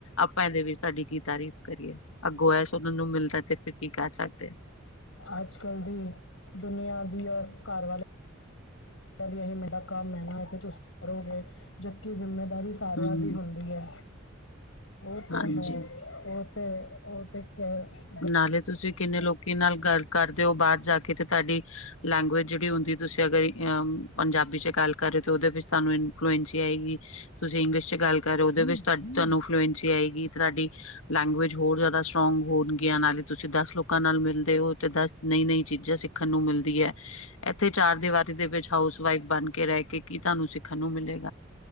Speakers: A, on the left; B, on the left.
A: ਆਪਾ ਏਦੇ ਵਿਚ ਤੁਆਡੀ ਕੀ ਤਾਰੀਫ਼ ਕਰੀਏ, ਅਗੋ ਐ ਸੁਣਨ ਨੂੰ ਮਿਲਦੈ ਤੇ ਫਿਰ ਕੀ ਕੈ ਸਕਦੇ
B: ਅਜ ਕਲ ਦੀ, ਦੁਨੀਆਂ ਦੀ ਔ ਘਾਰਵਾਲੇ ਹੈਂਜੀ ਏਹੀ ਮੇਰਾ ਕਮ ਐ ਨਾ ਇਹ ਤੇ ਤੁਸੀ, ਕਰੋਗੇ, ਜਦਕੀ ਜ਼ਿੰਮੇਦਾਰੀ ਸਾਰਿਆਂ
A: ਹਮ
B: ਦੀ ਹੁੰਦੀ ਐ, ਓ ਤੇ
A: ਹਾਂਜੀ।
B: ਹੈ ਓ ਤੇ ਓ ਤੇ ਕੈਹ
A: ਨਾਲੇ ਤੁਸੀ ਕਿਨੇ ਲੋਕੀ ਨਾਲ ਗੱਲ ਕਰਦੇ ਹੋ ਬਾਹਰ ਜਾ ਕੇ ਤੇ ਤਾਡੀ ਲੈਂਗੁਏਜ ਜਿਹੜੀ ਹੁੰਦੀ ਤੁਸੀ ਅਗਰ ਅਮ ਪੰਜਾਬੀ 'ਚ ਗੱਲ ਕਰਹੇ ਹੋ ਤਾਂ ਉਹਦੇ ਵਿਚ ਤੁਹਾਨੂੰ ਇਨਫਲੂਐਂਸੀ ਆਏਗੀ। ਤੁਸੀਂ ਇੰਗਲਿਸ਼ 'ਚ ਗੱਲ ਕਰ ਰਓ ਓਦੇ ਵਿਚ ਤਦ ਧਾਨੂੰ ਫਲੂਐਂਸੀ ਆਏਗੀ ਧਾਡੀ ਲੈਂਗੁਏਜ ਹੋਰ ਜ਼ਿਆਦਾ ਸਟਰੋਗ ਹੋਣ ਯਾਨਾਲੇ ਤੁਸੀ ਦਸ ਲੋਕਾ ਨਾਲ ਮਿਲਦੇ ਓ ਤੇ ਦਸ ਨਈ- ਨਈ ਚੀਜ਼ਾਂ ਸਿੱਖਣ ਨੂੰ ਮਿਲਦੀ ਐ ਏਥੇ ਚਾਰ ਦੀਵਾਰੇ ਦੇ ਵਿਚ ਹਾਊਸ ਵਾਈਫ ਬਣ ਕੇ ਰਹਿ ਕੇ ਕੀ ਤੁਹਾਨੂੰ ਸਿੱਖਣ ਨੂੰ ਮਿਲੇ